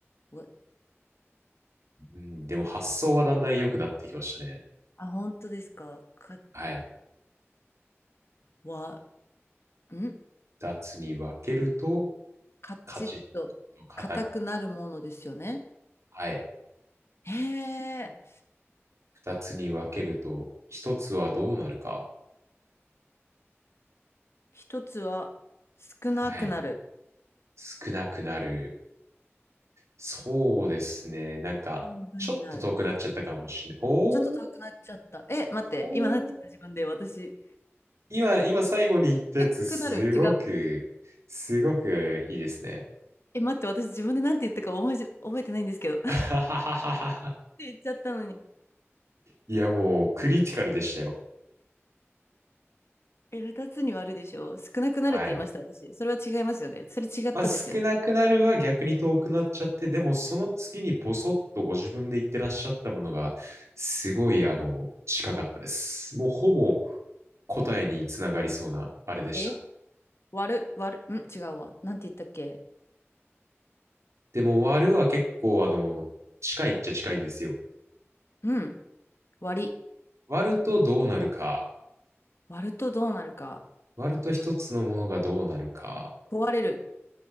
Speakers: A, on the left; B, on the right.
A: わ
B: うん、でも発想はだんだん良くなってきましたね。
A: あ、本当ですかか、
B: はい。
A: わ、ん
B: 二つに分けると、
A: カチッと、
B: カチッと硬く
A: 硬くなるものですよね。
B: はい。
A: へえ。
B: 二つに分けると、一つはどうなるか。
A: 一つは、少なくなる。
B: はい。少なくなる。そうですね。なんか、
A: 半分になる。
B: ちょっと遠くなっちゃったかもしれない。おー、
A: ちょっと遠くなっちゃった。え、待って、
B: おー。
A: 今なんて言った自分で、私。
B: 今、今最後に言ったやつ、
A: 低くなる。
B: すごく、
A: 違う。
B: すごくいいですね。
A: え、待って、私自分でなんて言ったか覚えじ、覚えてないんですけど。<laughs> っ
B: <laughs>
A: て言っちゃったのに。
B: いや、もう、クリティカルでしたよ。
A: え、二つに割るでしょ少なくなるって言いました、
B: はい。
A: 私。それは違いますよね。それ違ったんですよね。
B: まあ、少なくなるは逆に遠くなっちゃって、でもその次にボソッとご自分で言ってらっしゃったものが、すごい、あの、近かったです。もうほぼ答えにつながりそうな、あれでした。
A: え割る、割る、うん、違うわ。なんて言ったっけ
B: でも割るは結構、あの、近いっちゃ近いんですよ。
A: うん、割り。
B: 割るとどうなるか、
A: 割るとどうなるか。
B: 割ると一つのものがどうなるか、
A: 壊れる。